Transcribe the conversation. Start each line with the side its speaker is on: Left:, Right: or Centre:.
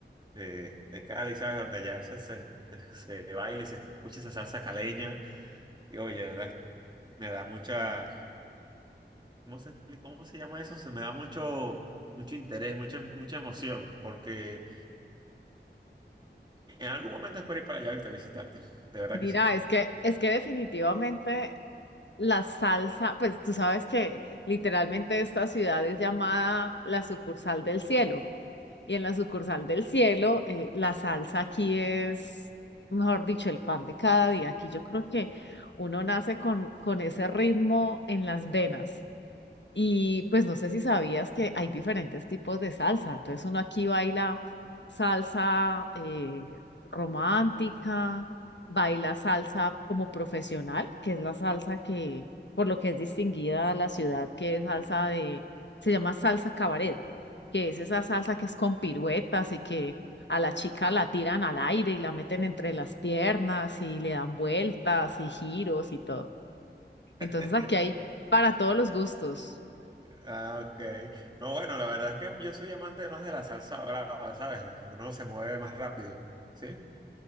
Right: de, de Cali, ¿sabes? Donde allá se, se, se baila y se escucha esa salsa caleña. Y oye, ¿verdad? Me da mucha, ¿cómo se explica? ¿Cómo se llama eso? Se me da mucho, mucho interés, mucha, mucha emoción, porque en algún momento espero ir para allá, ¿viste? A visitarte. De verdad
Left: Mira,
Right: que sí.
Left: es que, es que definitivamente la salsa, pues tú sabes que literalmente esta ciudad es llamada la sucursal del cielo. Y en la sucursal del cielo, eh, la salsa aquí es, mejor dicho, el pan de cada día. Aquí yo creo que uno nace con, con ese ritmo en las venas. Y pues no sé si sabías que hay diferentes tipos de salsa. Entonces uno aquí baila salsa eh, romántica, baila salsa como profesional, que es la salsa que, por lo que es distinguida a la ciudad, que es salsa de, se llama salsa cabaret que es esa salsa que es con piruetas y que a la chica la tiran al aire y la meten entre las piernas y le dan vueltas y giros y todo. Entonces
Right: <laughs>
Left: aquí hay para todos los gustos.
Right: Ah, ok. No, bueno, la verdad es que yo soy amante más de la salsa brava, ¿sabes? La que uno se mueve más rápido, ¿sí?